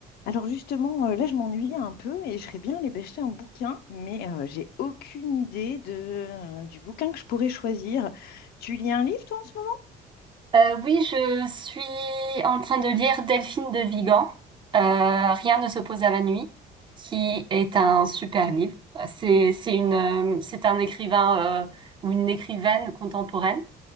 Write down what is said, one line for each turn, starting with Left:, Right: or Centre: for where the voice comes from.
Left: Alors justement, euh, là, je m'ennuie un peu et je ferais bien aller bêcher un bouquin, mais euh, j'ai aucune idée de, du bouquin que je pourrais choisir. Tu lis un livre, toi, en ce moment?
Right: Euh, oui, je suis en train de lire Delphine de Vigan, euh, Rien ne s'oppose à la nuit, qui est un super livre. C'est, c'est une, euh, c'est un écrivain euh, ou une écrivaine contemporaine